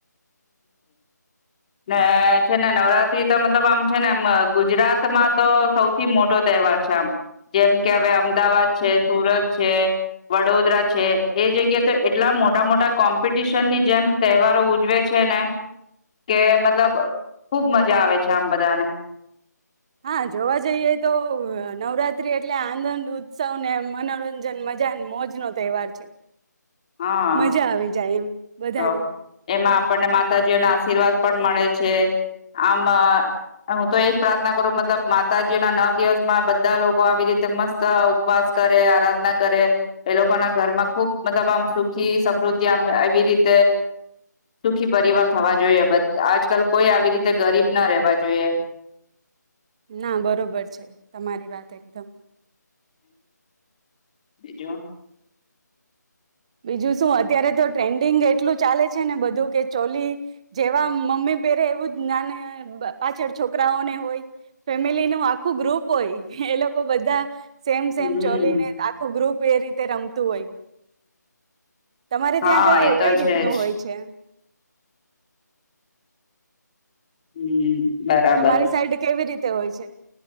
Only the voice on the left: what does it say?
ને છે ને નવરાત્ર રી મતલબ આમ છે નેમ ગુજરાતમાં તો સૌથી મોટો તહેવાર છે આમ જેમ કે હવે અમદાવાદ છે સુરત છે વડોદરા છે એ જગ્યાએ તો એટલા મોટા મોટા કોમ્પિટિશનની જેમ તહેવારો ઉજવે ને કે મતલબ ખુબ મજા આવે છે આમ બધાને
હા
તો એમાં આપણને માતાજીઓ ના આશીર્વાદ પણ મળે છે આમ હું તો એજ પ્રાર્થના કરું મતલબ જે ના નવ દિવસમાં બધા લોકો આવી રીતે મસ્ત ઉપવાસ કરે આરાધના કરે એ લોકો ના ઘરમાં ખુબ મતલબ આમ સુખી સમૃદ્ધિ આમ આવી રીતે સુખી પરિવાર થવા જોઈએ આજકાલ કોઈ આવી રીતે ગરીબ ના રહેવા જોઈએ
બીજો
હમ
હા
એ તો
છે જ
હમ બરાબર